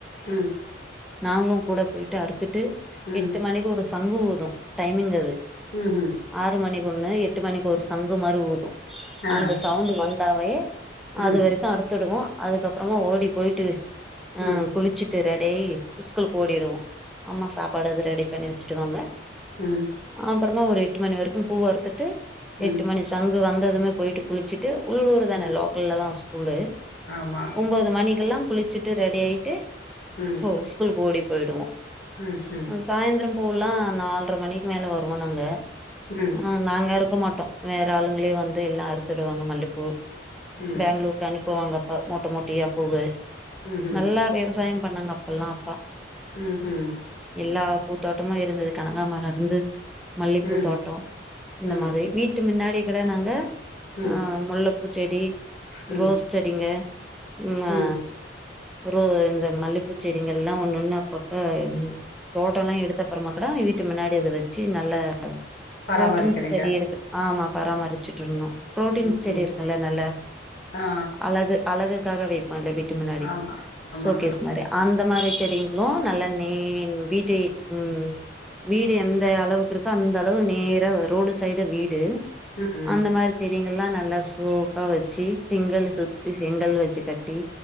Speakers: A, on the left; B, in the centre.
A: ம்
B: நாங்களு கூட போயிட்டு அறுத்துட்டு
A: ம்
B: எட்டு மணிக்கு ஒரு சங்கு ஊது டைமிங் அது
A: ம் ஹும்
B: ஆறு மணிக்கு ஒன்னு எட்டு மணிக்கு ஒரு சங்கு மாரி ஊது
A: ஆ
B: அந்த சவுண்ட வந்தாவே
A: ம்
B: அது வரைக்கு அறுத்துடுவோ அதுக்கப்பறமா ஓடி போயிட்டு ஆ
A: ம்
B: குளிச்சு திர டேய் ஸ்கூலுக் ஓடிடுவோ அம்மா சாப்பாடு அது ரெடி பண்ணி வச்சுடுவாங்க
A: ம்
B: அப்பறமா ஒரு எட்டு மணி வரைக்கு பூவ அறுத்துட்டு எட்டு
A: ம்
B: மணி சங்கு வந்ததுமே போயிட்டு குளிச்சிட் டு உள்ளூர் தான
A: ம்
B: லோக்கல்ல தா ஸ்கூலு
A: ஆமா
B: ஒம்போ து மணிக்கெல்லா குளிச்சுட்டு ரெடி ஆயிட்டு
A: ம்
B: ஹோ ஸ்கூலுக் ஓடி போயிடுவோ
A: ம் ம்
B: அஸ் சாய்ந்தர பூல்லா நால்ரை மணிக்கு மேலே வருவோ நாங்க
A: ம்
B: ஆ நாங்க இரு க்க மாட்டோ வேற ஆளுங்களே வந்து எல்லா அறுத்துடுவாங்க மல்லிப்பூ
A: ம்
B: பேங்களூர் இப்ப அனுப்புவாங்க அப்பா மோட்ட மோட்டியா பூவு
A: ம்ஹூம்
B: நல்லா விவசாயம் பண்ணாங்க அப்பெல்லா அப்பா
A: ம் ஹும்
B: எல்லா பூத்தோட்டமு இருந்தது கனகாமரம் இருந்து மல்லிப்பூ
A: ம்
B: தோட்டம் இந்த
A: ம்
B: மா ரி வீட்டு முன்னாடியே கூட நாங்க
A: ம்
B: ஆ முல்லப்பூச்செடி
A: ம்
B: ரோஸ் செடிங்க ம்மா
A: ம்
B: ரோ இந்த மல்லிப்பூச்செடிங்களா எல்லா ஒன்னு ஒன்னு அப்பப்ப எங் தோட்ட எல்லா எடுத்த அப்பறமா கூட வீட்டு முன்னாடி அத வச்சு நல்ல
A: பராமரிக்கிறீங்க
B: புரோட்டீன் ஆமா பராமரிச்சுட்டு இருந்தோ புரோட்டீன்
A: ம்ஹூம்
B: செடி இருக்குல்ல நல்ல
A: ஆ
B: அழகு அழகுக்காக வைப்போ இல்ல வீட்டு முன்னாடி
A: ஆமா ஆமா
B: சோகேஸ் மாரி அந்த மாரி செடிங்களு நல்லா நே வீட்டயே ம் வீடு எந்த அளவுக்கு இருக்கோ அந்த அளவு நேரா ரோடு ஸ் சைடு வீடு
A: ம் ம்
B: அந்த மாரி தெரியீங்கள்லாண்ன நல்லா சோக்கா வச்சு செங்கல் சுத் தி செங்கல் வெச்சு கட்டி